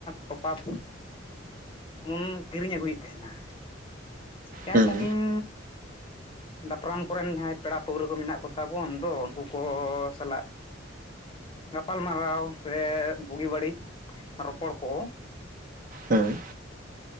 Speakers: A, on the left; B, on the right.
A: ᱴᱚᱯᱟᱯ ᱩᱱ ᱠᱤᱨᱤᱧ ᱟᱹᱜᱩᱭᱮᱜ ᱛᱟᱦᱮᱱᱟ᱾ ᱡᱟᱦᱟᱭ
B: ᱦᱩᱸ
A: ᱥᱟᱺᱜᱤᱧ
B: ᱦᱮᱸ
A: ᱫᱟᱯᱨᱟᱢ ᱠᱚᱨᱮᱱ ᱡᱟᱦᱟᱸᱭ ᱯᱮᱲᱟ ᱯᱟᱹᱣᱟᱹ ᱠᱚ ᱢᱮᱱᱟᱜ ᱠᱚᱛᱟ ᱵᱚᱱ ᱫᱚ ᱩᱱᱠᱩ ᱠᱚ ᱥᱟᱞᱟᱜ ᱜᱟᱯᱟᱞ ᱢᱟᱨᱟᱨᱟᱣ, ᱥᱮ ᱵᱩᱜᱤ ᱵᱟᱹᱲᱤᱡ ᱨᱚᱯᱚᱲ ᱠᱚ
B: ᱦᱮᱸ